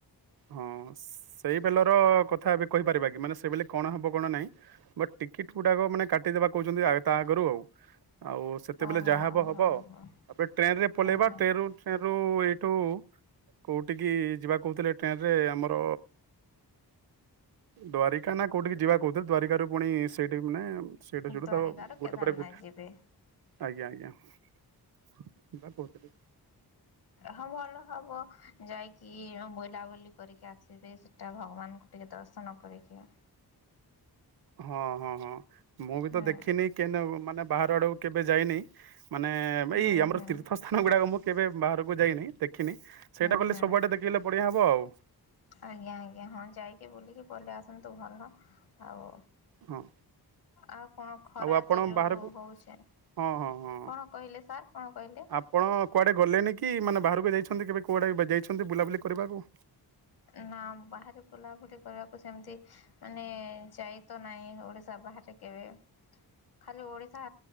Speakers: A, on the right; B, on the left.
A: ହଁ ସେଇ ପିଲାର କଥା ଏବେ କହିପାରିବା କି ମାନେ ସେ ବୋଲେ କଣ ନାଇ ବଟ ଟିକେଟ ଗୁଡାକ କାଟି କାଟିଦେବା କହୁଛନ୍ତି ତା ଆଗରୁ। ଆଉ ସେତେବେଳେ
B: ଓହୋ
A: ଯାହା ହବ ହବ
B: ହଉ ହଉ
A: ଆ ଏବେ ଟ୍ରେନରେ ପଳେଇବା
B: ଆଜ୍ଞା।
A: ଟେନ ଟ୍ରେନ୍ ରୁ ଓ ଏଇଠୁ କୋଉଠିକି ଯିବା କହୁଥିଲେ ଟ୍ରେନ ରେ ଆମର ଦ୍ଵାରିକା ନା କୋଉଠିକି ଯିବା କହୁଥିଲେ ଦ୍ଵାରିକା ରୁ ପୁଣି ସେଇଠି ମାନେ ସେଇଠୁ ସେଇଠୁ
B: ଦ୍ଵାରିକା
A: ତା
B: ର
A: ଗୋଟେ
B: କେଦାର
A: ପରେ ଗୋଟେ
B: ନାଇ ଯିବେ।
A: ଆଜ୍ଞା ଆଜ୍ଞା। <unintelligible>
B: ହଁ ଭଲ ହବ ଯାଇକି ବୁଲାବୁଲି କରିକି ଆସିବେ ସେଟା ଭଗବାନଙ୍କୁ ଟିକେ ଦର୍ଶନ କରିକି।
A: ହଁ ହଁ ହଁ। ମୁଁ ବି
B: ହୁଁ
A: ତ ଦେଖିନି କେ ମାନେ ବାହାରେ ଆଡକୁ କେବେ ଯାଇନି ମାନେ
B: ହୁଁ
A: ଏଇ ଆମର
B: ହୁଁ
A: ତୀର୍ଥସ୍ଥାନ ଗୁଡ଼ାକ ମତ କେବେ ବାହାରକୁ ଯାଇନେଇ ତେ ଖିନି ସେଇଟା
B: ହୁଁ
A: କଲେ
B: ହୁଁ।
A: ସବୁଆଡ଼େ ଦେଖେଇଲେ ବଢ଼ିଆ ହବ ଆଉ। <inaudible>
B: ଆଜ୍ଞା ଆଜ୍ଞା ହଁ ଯାଇକି ବୁଲିକି ପଲେଇ ଆସନ୍ତୁ ଭଲ ଆଉ
A: ହଁ।
B: ଆଉ କଣ ଖରା
A: ଆଉ ଆପଣ
B: ତ ଯୋଉ
A: ବାହାରକୁ
B: ହଉଛି
A: ହଁ ହଁ ହଁ
B: କଣ କହିଲେ ସାର୍ କଣ କହିଲେ?
A: ଆପଣ କୁଆଡ଼େ ଗଲେନି କି ମାନେ ବାହାରକୁ ଯାଇଛନ୍ତି କେବେ କୁଆଡ଼େ ଯାଇଛନ୍ତି ବୁଲାବୁଲି କରିବାକୁ?
B: ନାଁ ବାହାରେ ବୁଲାବୁଲି କରିବାକୁ ସେମତି ମାନେ ଯାଇ ତ ନାହିଁ ଓଡିଶା ବାହାରେ କେବେ ଖାଲି ଓଡ଼ିଶା